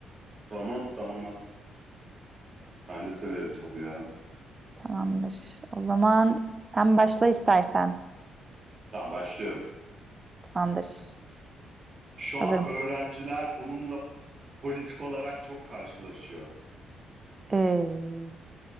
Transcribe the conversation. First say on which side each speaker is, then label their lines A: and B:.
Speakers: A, on the right; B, on the right.
A: Tamam tamam at. Ben de severim tabu ya.
B: Tamamdır. O zaman sen başla istersen.
A: Tamam başlıyorum.
B: Tamamdır.
A: Şu an
B: Hazırım.
A: öğrenciler bununla politik olarak çok karşılaşıyor.
B: Ee,